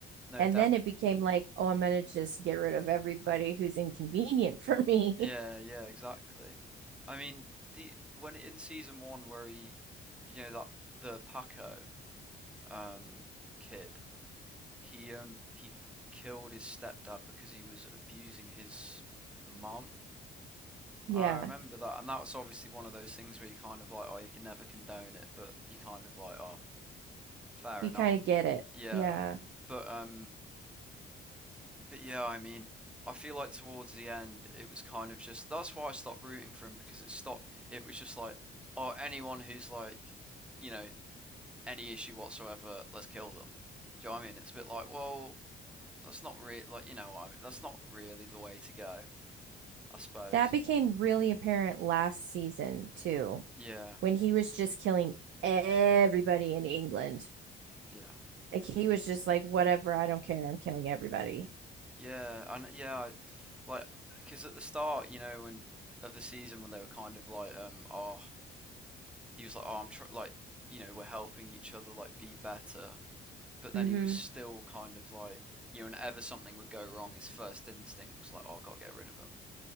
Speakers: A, in the centre; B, on the right.
A: no,
B: And
A: def
B: then it became like, oh, I'm gonna just get rid of everybody who's inconvenient for me.
A: yeah,
B: <laughs>
A: yeah, exactly. I mean, the when in season one where he, you know, that the Paco um kid He um he killed his stepdad because he was abusing his mum.
B: Yeah.
A: And I remember that, and that was obviously one of those things where you kind of like, oh, you can never condone it, but you kind of like, oh, fair
B: You
A: enough.
B: kind of get it.
A: Yeah,
B: Yeah.
A: but um, but yeah, I mean, I feel like towards the end, it was kind of just that's why I stopped rooting for him because it stopped. It was just like, oh, anyone who's like, you know, any issue whatsoever, let's kill them. Do you know what I mean? It's a bit like, well, that's not really like you know what I mean, that's not really the way to go, I suppose.
B: That became really apparent last season too,
A: Yeah,
B: when he was just killing everybody in England.
A: yeah,
B: Like he was just like, whatever, I don't care. I'm killing everybody.
A: yeah, and yeah, I- like because at the start, you know, when of the season when they were kind of like, um, oh, he was like, oh, I'm tr like, you know, we're helping each other like be better, but then
B: hmm
A: he was still kind of like, you know, whenever something would go wrong, his first instinct was like, oh, I gotta get rid of him,